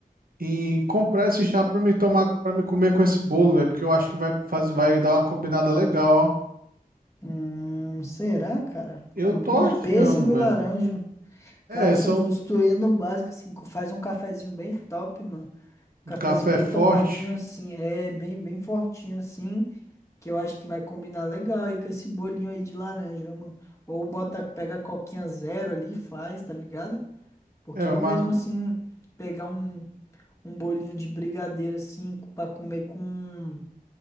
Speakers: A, on the right (about 75°); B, on the left (about 20°).
A: E comprar esse chá pra me tomar, para me comer com esse bolo, velho, porque eu acho que vai fazer, vai dar uma combinada legal, ó.
B: Hum, será, cara?
A: Eu
B: Combina
A: tô achando,
B: pêssego e
A: velho.
B: laranja.
A: É,
B: Cara,
A: são
B: se eu fosse tu, ia no básico, assim, co- faz um cafezinho bem top, mano. Um cafezinho
A: café
B: bem
A: forte.
B: topadinho, assim, é, bem, bem fortinho, assim, que eu acho que vai combinar legal aí com esse bolinho aí de laranja, mano. Ou bota, pega a coquinha zero ali e faz, tá ligado? Porque
A: É,
B: eu
A: uma,
B: mesmo, assim, pegar um, um bolinho de brigadeiro, assim, co- pra comer com um